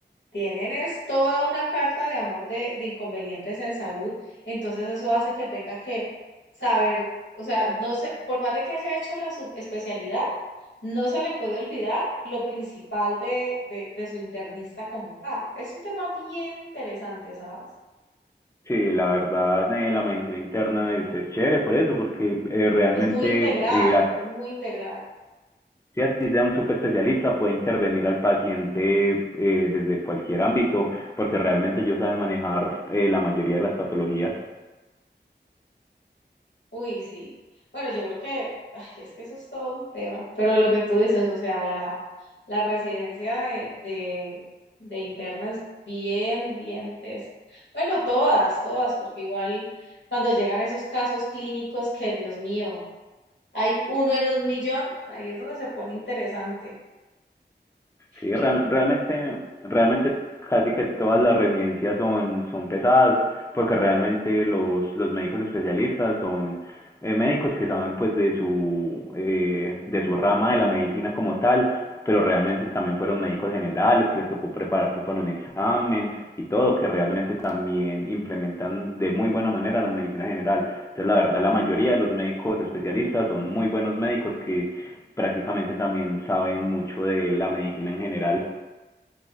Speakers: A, on the left; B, on the left.
A: Tienen es toda una carta de amor de, de inconvenientes en salud, entonces eso hace que tenga que saber, o sea, no sé, por más de que haya hecho la subespecialidad, no se le puede olvidar lo principal de, de, de su internista como tal. Es un tema bien interesante, ¿sabes?
B: Sí, la verdad, eh, la medicina interna es, es chévere por eso, porque eh, realmente,
A: Es muy integral,
B: eh, así,
A: es muy integral.
B: así sea un super especialista, puede intervenir al paciente eh, desde cualquier ámbito, porque realmente ellos saben manejar eh, la mayoría de las patologías.
A: Uy, sí. Bueno, yo creo que ay, es que eso es todo un tema, pero lo que tú dices, o sea, la, la residencia de, de, de interna es bien, bien tesa. Bueno, todas, todas, porque igual cuando llegan esos casos clínicos que, Dios mío, hay uno en un millón, ahí es donde se pone interesante.
B: Sí,
A: Y
B: real- realmente, realmente casi que todas las residencias son, son pesadas, porque realmente los, los médicos especialistas son eh, médicos que saben pues de su, eh, de su rama de la medicina como tal, pero realmente también fueron médicos generales que les tocó prepararse para un examen y todo, que realmente también implementan de muy buena manera la medicina general. Entonces, la verdad, la mayoría de los médicos especialistas son muy buenos médicos que prácticamente también saben mucho de la medicina en general.